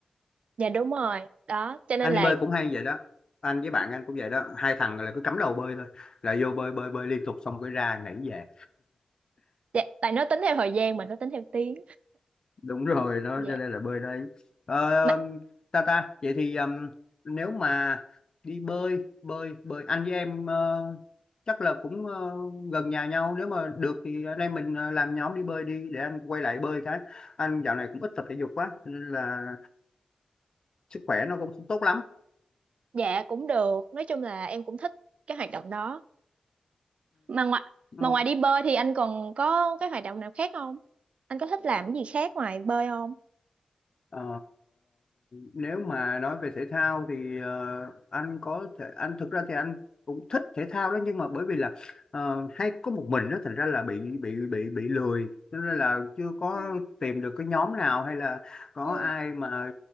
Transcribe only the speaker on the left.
anh
đi bơi cũng hay vậy đó anh với bạn anh cũng vậy đó hai thằng là cứ cắm đầu bơi thôi là vô bơi bơi bơi liên tục xong cái ra nhảy về
đúng rồi nó
cho nên là bơi đây ờ,
ta ta vậy thì ừm, nếu mà đi bơi bơi bơi anh với em ờ, chắc là cũng ờ, gần nhà nhau nếu mà được thì anh em mình ờ, làm nhóm đi bơi đi để anh quay lại bơi cái anh dạo này cũng ít tập thể dục quá cho nên là sức khỏe nó cũng không tốt lắm
ừ.
Ờ, nếu mà nói về thể thao thì ờ, anh có thể anh thực ra thì anh cũng thích thể thao đó nhưng mà bởi vì là ờ, hay có một mình đó thành ra là bị bị bị bị lười cho nên là chưa có
tìm được cái nhóm nào hay là có
ai mà